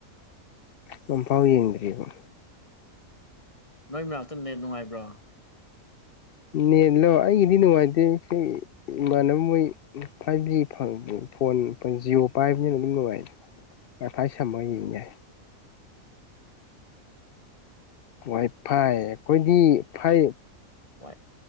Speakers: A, on the left; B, on the left.
A: ꯅꯝꯐꯥꯎ ꯌꯦꯡꯗ꯭ꯔꯤꯕꯔꯤꯕꯣ
B: ꯅꯣꯏ ꯃꯅꯥꯛꯇꯅꯦ ꯅꯨꯡꯉꯥꯏꯕ꯭ꯔꯣ
A: ꯅꯦ ꯂ ꯑꯩꯒꯤꯗꯤ ꯅꯨꯡꯉꯥꯏꯇꯦ ꯏꯃꯥꯟꯅꯕ ꯃꯣꯏ ꯐꯥꯏꯚ ꯖꯤ ꯐꯪ ꯐꯣꯟ ꯖꯤꯑꯣ ꯄꯥꯏꯕꯅꯤꯅ ꯑꯗꯨꯝ ꯅꯨꯡꯉꯥꯏ ꯉꯥꯏ ꯁꯝꯃ ꯌꯦꯏ ꯋꯥꯏ ꯐꯥꯏ ꯑꯩꯈꯣꯏꯗꯤ ꯐꯥꯏ
B: ꯋꯥꯏ